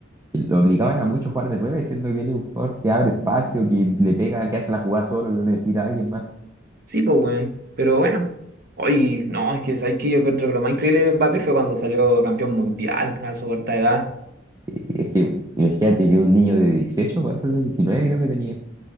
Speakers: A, on the right; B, on the right.
A: Y Lo obligaban a mucho a jugar de nueve, siendo que él es un jugador que abre espacio, que le pega, que hace la jugada solo, que no necesita a alguien más.
B: Sí, pues, weón. Pero bueno. Hoy, no, es que sabes que yo encuentro que lo más increíble de Mbappé fue cuando salió campeón mundial a su corta edad.
A: Y es que, imagínate que un niño de 18 ¿cuántos años? diecinueve creo que tenía.